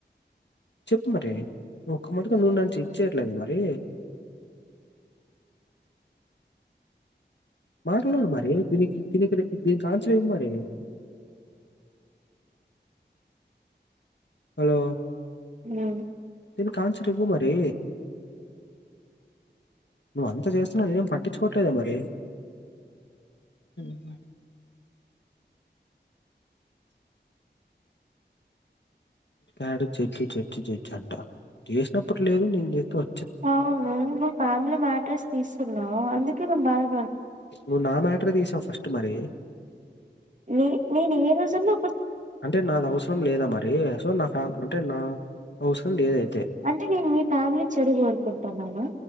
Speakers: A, on the left; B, on the right.
A: చెప్ మరి ఒక్క మటుక నూ నద్ చెక్చేయట్లెద మరీ మాట్డర మరి దిని దీనికి దిననికి దీన్కాన్సర్ ఏంటి మరి అలో
B: ఆ
A: దీన్కాన్స్ర్ చపు మరీ నువ్వంతా జేస్న నేం పట్టించుకోట్లేదె మరి మ్ యడు చచ్చి చచ్చి చేచ్చి అంట చేస్నప్పుడు లేదు నేను చేతె ఒ
B: ఔను ను ఫ్యామిలీ మ్యాటర్స్ తీస్తున్నవ్ అందుకే నన్ బాధప
A: ను నా మ్యాటర్ తీసావు ఫస్ట్ మరీ
B: ని నెనే రోజన్నా
A: అంటె నాదవస్రం లేదా మరీ సొ నా ఫ్యామ్ అంటె నా అవస్రం లేదై
B: అంటే నేను మీ ఫ్యామిలీ చెడు కోరుకుంటన్ననా